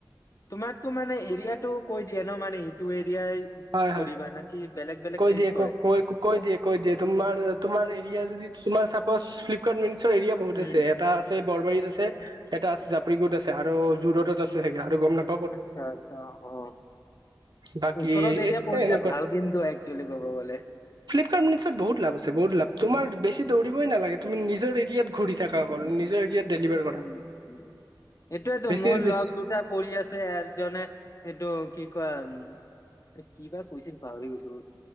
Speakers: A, on the left; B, on the right.
A: তোমাকতো মানে এৰিয়াটো কৈ দিয়ে ন মানে এইটো এৰিয়াই
B: হয়
A: কৰিবা
B: হয়
A: নাকি বেলেগ বেলেগ
B: কৈ
A: চেঞ্জ
B: দিয়ে
A: কৰে?
B: ক কৈ কৈ দিয়ে কৈ দিয়ে তোমাৰ তোমাৰ এৰিয়া যদি তোমাৰ চাপজ ফ্লিপকাৰ্ট মিনছৰ এৰিয়া বহুত
A: উম,
B: আছে ইয়াত। এটা আছে বৰবাৰীত আছে, এটা আছে জাপ্ৰিগুত আছে আৰু যোৰতত আছে চাগে আৰু গম নাপ
A: আচ্ছা আচ্ছা আহ।
B: বাকী
A: ওচৰত এৰিয়া
B: এ
A: পৰিলে
B: এনেকুৱা
A: ভাল কিন্তু একচুৱেলি কব গ'লে।
B: ফ্লিপকাৰ্ট মিছ'ত বহুত লাভ আছে, বহুত লাভ, তোমাৰ বেছি দৌৰিবই নালাগে, তুমি নিজৰ এৰিয়াত ঘূৰি থাকা অকল নিজৰ এৰিয়াত। ডেলিভাৰ কৰা
A: উম! সেইটোৱেতো
B: বেছি
A: মোৰ
B: বেছি
A: লগ দুটাক কৰি আছে এজনে এইটো কি কয়, উম' কি বা কৈছিল পাহৰি গৈছোঁ।